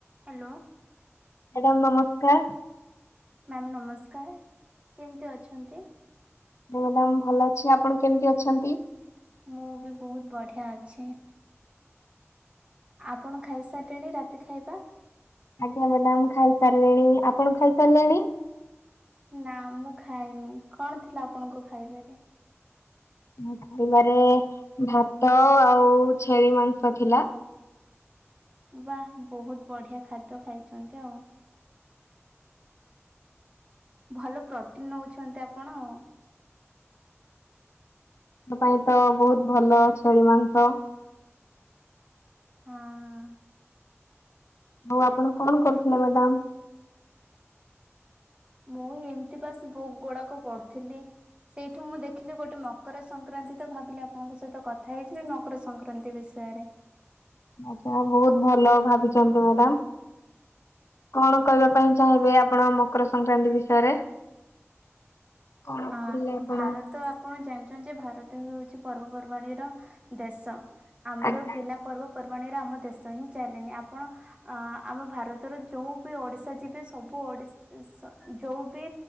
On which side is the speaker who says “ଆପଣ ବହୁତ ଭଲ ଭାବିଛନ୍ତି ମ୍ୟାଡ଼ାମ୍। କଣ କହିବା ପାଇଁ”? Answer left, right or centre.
Left